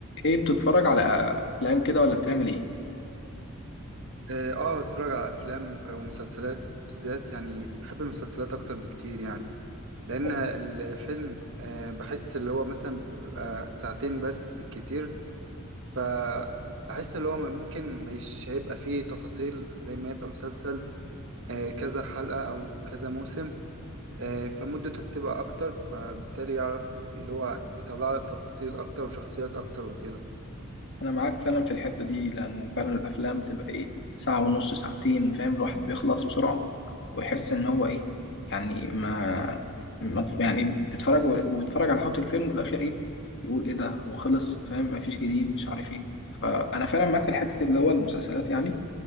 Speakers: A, on the left (about 60°); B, on the right (about 65°).
A: ايه بتتفرج على افلام كده ولا بتعمل ايه
B: اه آه، بتفرج على افلام ومسلسلات بالذات يعني بحب المسلسلات اكتر بكتير يعني لان
A: والله
B: الفيلم آه بحس اللي هو مثلا بيبقى ساعتين بس بالكتير فبحس اللي هو ممكن مش هيبقى فيه تفاصيل زي ما يبقى مسلسل آه كذا حلقة او كذا موسم آه فمدته بتبقى اكتر فبالتالي يعرف اللي هو يطلع لك تفاصيل اكتر وشخصيات اكتر وكده
A: انا معاك فعلا في الحته دي لان فعلا الافلام بتبقى ايه ساعه ونص ساعتين فاهم الواحد بيخلص بسرعه ويحس ان هو ايه يعني ما, ما يعني بيتفرج و- ويتفرج على حوض الفيلم وفي الاخر ايه يقول ايه ده هو خلص فاهم مفيش جديد مش عارف ايه فانا فعلا معاك في الحته اللي هو المسلسلات يعني